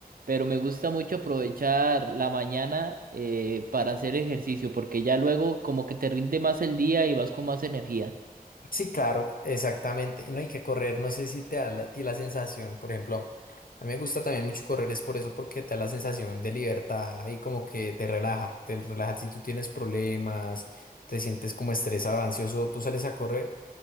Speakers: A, on the right (about 65°); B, on the left (about 65°).
A: pero me gusta mucho aprovechar la mañana eh, para hacer ejercicio, porque ya luego como que te rinde más el día y vas con más energía.
B: Sí, claro, exactamente. Y no hay que correr, no sé si te da la- a ti la sensación, por ejemplo, a mí me gusta también mucho correr, es por eso, porque te da la sensación de libertad y como que te relaja, te relaja si tú tienes problemas, te sientes como estresado, ansioso, tú sales a correr